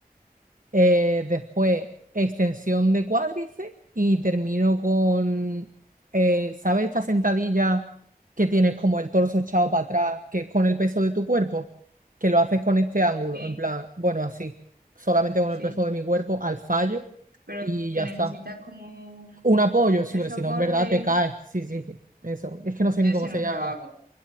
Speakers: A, on the right; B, on the right.
A: Eh, después, extensión de cuádriceps y termino con, eh, ¿sabes esta sentadilla que tienes como el torso echado para atrás, que es con el peso de tu cuerpo? Que lo haces con este ángulo,
B: Sí,
A: en plan, bueno, así, solamente con
B: sí.
A: el peso de mi cuerpo al fallo
B: pero
A: y
B: que
A: ya
B: necesitas
A: está.
B: como
A: Un apoyo, sí,
B: el
A: pero
B: soporte,
A: si no, en verdad te caes. Sí,
B: sí,
A: sí, sí. Eso. Es que no sé
B: yo
A: ni
B: ese
A: cómo se
B: nunca
A: llama
B: lo hago.